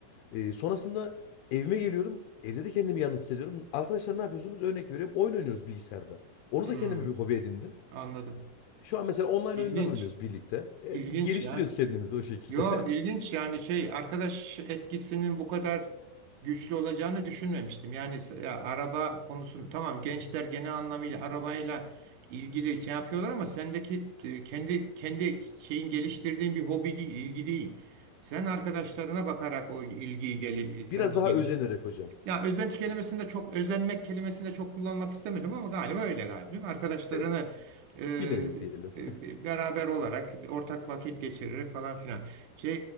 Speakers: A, on the left (about 80°); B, on the right (about 65°).
A: E, sonrasında evime geliyorum. Evde de kendimi yalnız hissediyorum. Arkadaşlar ne yapıyorsunuz? Örnek veriyorum. Oyun oynuyoruz bilgisayarda. Onu
B: hmm.
A: da kendime bir hobi edindim.
B: Anladım.
A: Şu an mesela online
B: İlginç.
A: oyunlar oynuyoruz birlikte. E,
B: İlginç
A: geliştiriyoruz
B: ya.
A: kendimizi o şekilde.
B: Yo ilginç yani şey arkadaş etkisinin bu kadar güçlü olacağını düşünmemiştim. Yani ya, araba konusunu tamam gençler genel anlamıyla arabayla ilgili şey yapıyorlar ama sendeki e, kendi kendi şeyin geliştirdiğin bir hobi değil, ilgi değil. Sen arkadaşlarına bakarak o ilgiyi geli
A: <laughs>
B: sen
A: Biraz
B: de
A: daha
B: geliş.
A: özenerek hocam.
B: Ya özenti kelimesinde çok özenmek kelimesinde çok kullanmak istemedim ama galiba öyle galiba değil mi? Arkadaşlarını
A: E,
B: e,
A: bir nevi diyelim.
B: e, beraber olarak ortak vakit geçirerek falan filan. Şey